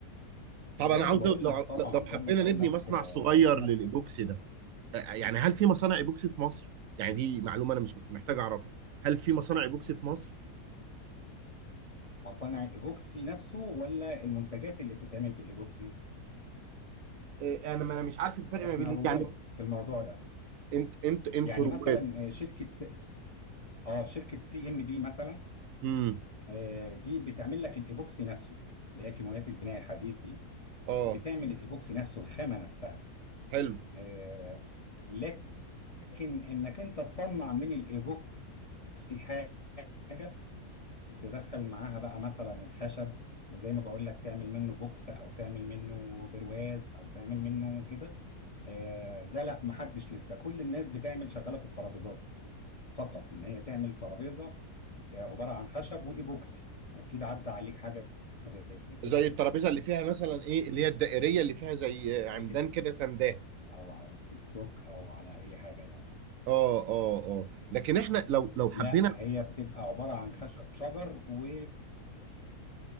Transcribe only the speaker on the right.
طب
انا عاوز
لو لو
لو
حبينا
نبني
مصنع
صغير
للايبوكسي
ده آه، يعني هل في مصانع ايبوكسي في مصر؟ يعني دي معلومه انا مش محتاج اعرفها هل في مصانع ايبوكسي في مصر؟
إيه، انا ما انا مش عارف الفرق
ما بين
يعني
انت انت انت
رواد
امم
اه
حلو
زي
الترابيزه اللي فيها مثلا ايه اللي هي الدائريه اللي فيها زي عمدان
كده سنداه
اه اه اه لكن احنا لو لو حبينا